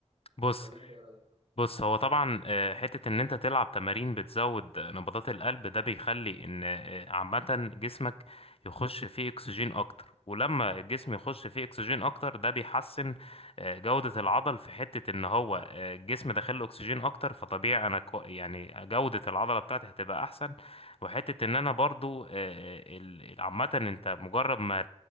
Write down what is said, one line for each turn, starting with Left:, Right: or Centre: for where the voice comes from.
Left: بص
Right: ولا انت ايه رايك؟
Left: بص هو طبعا آه، حتة ان انت تلعب تمارين بتزود نبضات القلب ده بيخلي ان آه، عامة جسمك يخش فيه اكسجين اكتر ولما الجسم يخش فيه اكسجين اكتر ده بيحسن آه، جودة العضل في حتة ان هو آه، الجسم داخل له اكسجين اكتر فطبيعي انا كو يعني جودة العضلة بتاعتي هتبقى احسن وحتة ان انا برضو آه، آه، ال- عامة انت مجرد ما